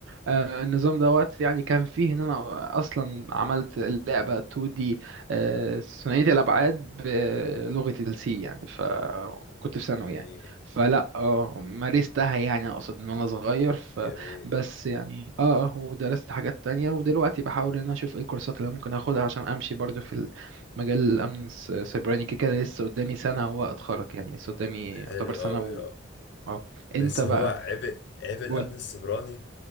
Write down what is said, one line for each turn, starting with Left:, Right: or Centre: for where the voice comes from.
Right: آه، النظام دوت يعني كان فيه ان انا اصلا عملت لعبه 2D آه، ثنائيه الابعاد بلغه السي يعني فكنت في ثانوي
Left: جميل
Right: يعني فلا اه مارستها يعني اقصد ان انا صغير فبس
Left: جميل
Right: يعني اه آه، ودرست حاجات تانية ودلوقتي بحاول ان انا اشوف ايه الكورسات اللي أنا ممكن اخدها عشان امشي برضو في مجال الامن الس- السيبراني كده كده لسه قدامي سنه واتخرج يعني لسه قدامي
Left: حلو
Right: يعتبر سنه
Left: أوي
Right: و...
Left: آه.
Right: اه
Left: بس
Right: انت بقى
Left: هو عيب عيب الامن
Right: قول
Left: السيبراني